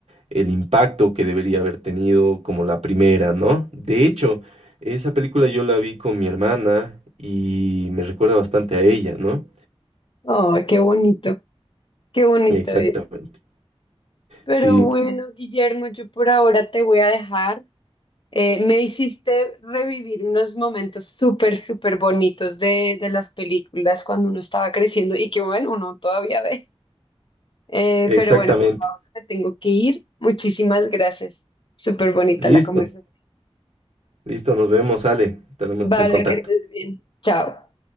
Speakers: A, on the right (about 80°); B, on the left (about 50°).
A: el impacto que debería haber tenido como la primera, ¿no? De hecho, esa película yo la vi con mi hermana y me recuerda bastante a ella, ¿no?
B: Oh, qué bonito, qué bonito
A: Exactamente.
B: eso. Pero
A: Sí,
B: bueno, Guillermo, yo por ahora te voy a dejar. Eh, me hiciste revivir unos momentos súper, súper bonitos de, de las películas cuando uno estaba creciendo y que bueno, uno todavía ve. Eh,
A: exactamente.
B: pero bueno, por ahora me tengo que ir. Muchísimas gracias. Súper bonita
A: Listo,
B: la conversación.
A: listo, nos vemos, Ale, estaremos
B: Vale,
A: en contacto.
B: que estés bien. Chao.